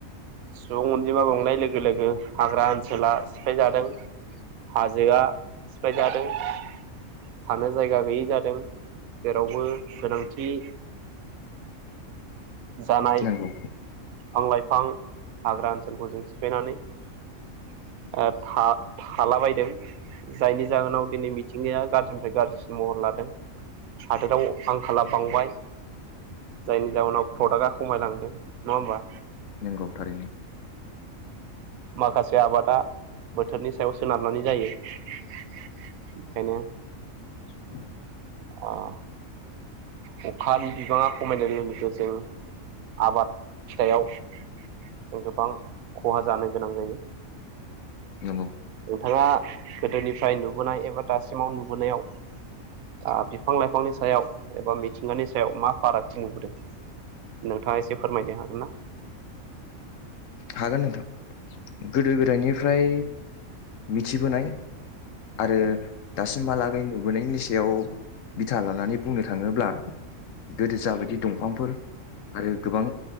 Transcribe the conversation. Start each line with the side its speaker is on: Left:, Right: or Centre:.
Right: सुबुं अनजिमा बांनाय लोगो-लोगो हाग्रा ओन- सोला सिफाय जादों हाजोआ सिफाय जादों थानो जायगा गैयै जादों जेरावबो गोनांथि- जानाय
Left: नंगौ
Right: बिफां लाइफ- बिफां हाग्रा ओनसोलखौ जों सिफायनानै ओ था-थालाबायदों जायनि जाहोनाव दिनै मिथिंगाया गाज्रिनिफ्राय गाज्रिसिन महर लादों हादोराव आंखाला बांबाय जायनि जाहोनाव- प्रडाक्टआ खमायलांदों नङा होमबा।
Left: नंगौ थारैनो।
Right: माखासे आबादा बोथोरनि सायाव सोनारनानै जायो बेखायनो
Left: <unintelligible>
Right: अ-अखानि बिबाङा खमायनाय लोगो-लोगो जों आबाद फिथाइयाव जों गोबां खहा जानो गोनां जायो।
Left: नंगौ।
Right: नोंथाङा गोदोनिफ्राय नुबोनाय एबा दासिमाव नुबोनायाव ओ बिफां लाइफांनि सायाव एबा मिथिंगानि सायाव मा फारागथि नुबोदों नोंथाङा एसे फोरमायनो हागोन ना।
Left: हागोन नोंथां गोदो गोदायनिफ्राय मिथिबोनाय आरो दासिमहालागै नुबोनायनि सायाव- बिथा लानानै बुंनो थाङोब्ला- गोदो जाबायदि दंफांफोर आरो गोबां